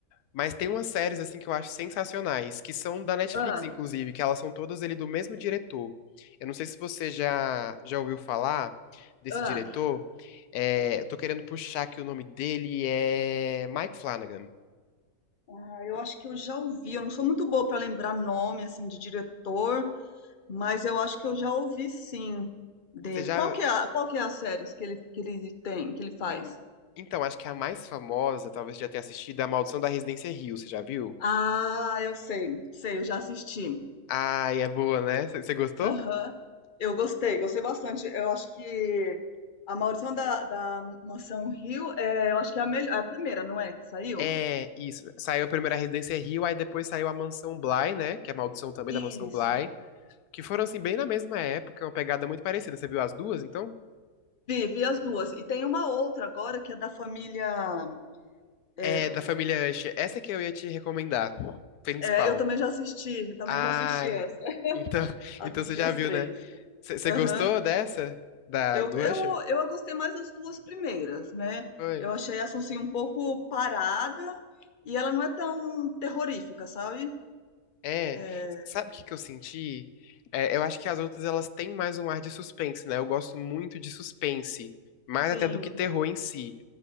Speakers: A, on the left; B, on the left.
A: Mas tem umas séries assim que eu acho sensacionais, que são da Netflix,
B: ah,
A: inclusive, que elas são todas ele do mesmo diretor. Eu não sei se você já já ouviu falar desse
B: ah.
A: diretor. É, eu tô querendo puxar que o nome dele é Mike Flanagan.
B: Ah, eu acho que eu já ouvi. Eu não sou muito boa para lembrar nome assim de diretor, mas eu acho que eu já ouvi sim dele.
A: Você já
B: Qual que é a, qual que é as séries que ele que ele tem, que ele faz?
A: hum, Então, acho que é a mais famosa, talvez você já tenha assistido, é A Maldição da Residência Hill, você já viu?
B: Ah, eu sei, sei, eu já assisti.
A: Ai, é boa, né? Você você gostou?
B: Aham. Eu gostei, gostei bastante. Eu acho que a Maldição da, da Mansão Hill, é, eu acho que é a melhor, é a primeira, não é? Que saiu?
A: É, isso. Saiu a primeira Residência Hill, aí depois saiu a Mansão Bly, né? Que é a maldição também
B: Isso.
A: da Mansão Bly. que foram assim bem na mesma época, uma pegada muito parecida. Você viu as duas, então?
B: Vi, vi as duas. E tem uma outra agora que é da família. É,
A: É da família Usher. Essa que eu ia te recomendar, principal.
B: é, eu também já assisti, também
A: ah
B: já assisti essa. <laughs>
A: então, <laughs>
B: Assisti
A: então você já
B: as
A: viu,
B: três.
A: né? Você você
B: Aham.
A: gostou dessa da
B: Eu,
A: do
B: eu,
A: Usher?
B: eu gostei mais das duas primeiras, né?
A: Foi.
B: Eu achei essa assim um pouco parada e ela não é tão terrorífica, sabe?
A: É,
B: É,
A: sabe o que que eu senti? É, eu acho que as outras elas têm mais um ar de suspense, né? Eu gosto muito de suspense, mais
B: Sim.
A: até do que terror em si.